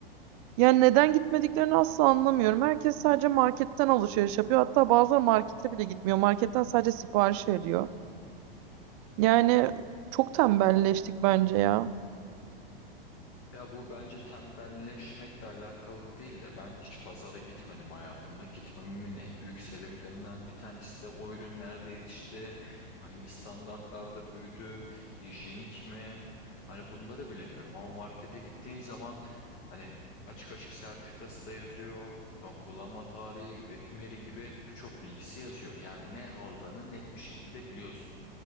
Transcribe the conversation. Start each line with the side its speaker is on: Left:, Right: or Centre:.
Right: Yani neden gitmediklerini asla anlamıyorum. Herkes sadece marketten alışveriş yapıyor. Hatta bazıları markete bile gitmiyor. Marketten sadece sipariş veriyor. Yani çok tembelleştik bence ya.
Left: Ya bu bence tembelleşmekle alakalı değil de ben hiç pazara gitmedim hayatımda. Gitmememin en büyük sebeplerinden bir tanesi de o ürün nerede yetişti, hangi standartlarda büyüdü, hijyenik mi? Hani bunları bilemiyorum ama markete gittiğin zaman hani açık açık sertifikası da yazıyor, son kullanma tarihi, üretim yeri gibi birçok bilgisi yazıyor. Yani ne aldığını net bir şekilde biliyorsun.